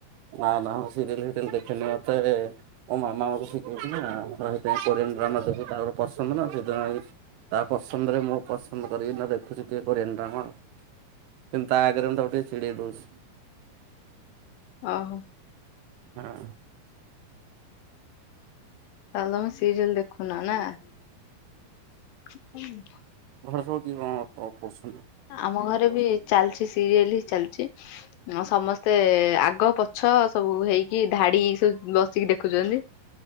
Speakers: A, on the right; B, on the left.
A: ନା ନା ମୁଁ ସିରିିଏଲ୍ ଫିରିଏଲ ଦେଖେନି ମୋର ତେ ମୋ ମାମା ମୋତେ ଶିଖେଇଛନ୍ତି ନା ରହି <unintelligible> କୋରିଆନ୍ ଡ୍ରାମା ଦେଖୁ ତାର ପସନ୍ଦ ନା ସିଏ ତ ଆଣିକି, ତା ପସନ୍ଦରେ ମୁଁ ପସନ୍ଦ କରିବିନି ନା ଦେଖୁଛି ଟିକେ କୋରିଆନ୍ ଡ୍ରାମା କିନ୍ତୁ ତା ଆଗରେ ମୁଁ ତାକୁ ଟିକେ ଚିଡ଼େଇ ଦଉଛି।
B: ଆ, ହୋ।
A: ହଁ।
B: ତାହେଲେ ତୋମେ ସିରିଏଲ୍ ଦେଖୁନ ନା। <unintelligible>
A: <unintelligible> କିଏ କଣ ଅ, ଅପରସ
B: ଆମ ଘରେ ବି ଚାଲିଛି ସିରିଏଲ୍ ହି ଚାଲିଚି, ଆଉ ସମସ୍ତେ ଆଗ ପଛ ସବୁ ହେଇକି ଧାଡି ସବୁ ବସିକି ଦେଖୁଚନ୍ତି।